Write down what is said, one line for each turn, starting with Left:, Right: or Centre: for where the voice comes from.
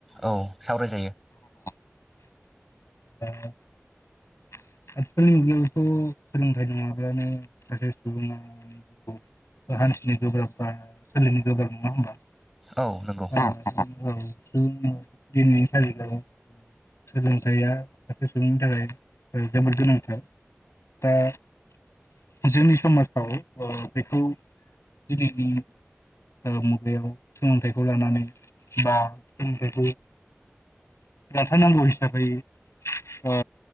Centre: औ सावरायजायो
Left: <unintelligible> आथिखालनि मुगायावथ' सोलोंथाइ नङाब्लानो सासे सुबुङा जिआव हान्थिनो गोब्राब बा सोलिनो गोब्राब नङा होमबा
Centre: औ नंगौ
Left: औ औ सुबुं दिनैनि थारिखाव सोलोंथाइया सासे सुबुंनि थाखाय जोबोद गोनांथार दा जोंनि समाजाव ओ बेखौ दिनैनि ओ मुगायाव सोलोंथाइखौ लानानै बा सोलोंथाइखौ लाथारनांगौ हिसाबै ओ